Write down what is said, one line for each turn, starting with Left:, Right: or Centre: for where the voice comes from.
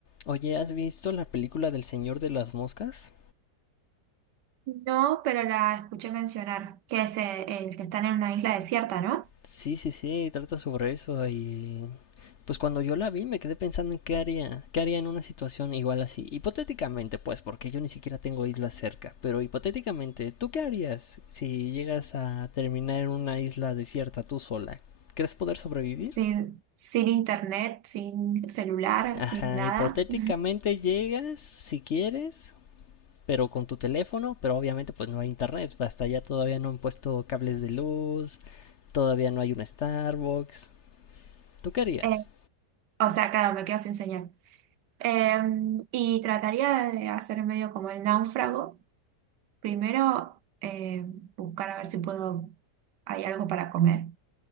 Left: Oye, ¿has visto la película del Señor de las Moscas?
Right: No, pero la escuché mencionar, que es eh, el, que están en una isla desierta, ¿no?
Left: Sí, sí, sí, trata sobre eso y pues cuando yo la vi me quedé pensando en qué haría, qué haría en una situación igual así. Hipotéticamente, pues, porque yo ni siquiera tengo islas cerca, pero hipotéticamente, ¿tú qué harías si llegas a terminar en una isla desierta tú sola? ¿Crees poder sobrevivir?
Right: Sin, sin internet, sin celular,
Left: Ajá,
Right: sin nada.
Left: hipotéticamente
Right: <laughs>
Left: llegas, si quieres, pero con tu teléfono, pero obviamente pues no hay internet, hasta allá todavía no han puesto cables de luz, todavía no hay un Starbucks. ¿Tú qué harías?
Right: Eh, o sea, claro, me quedo sin señal. Eh, y trataría de hacer medio como el náufrago. Primero, eh, buscar a ver si puedo, hay algo para comer.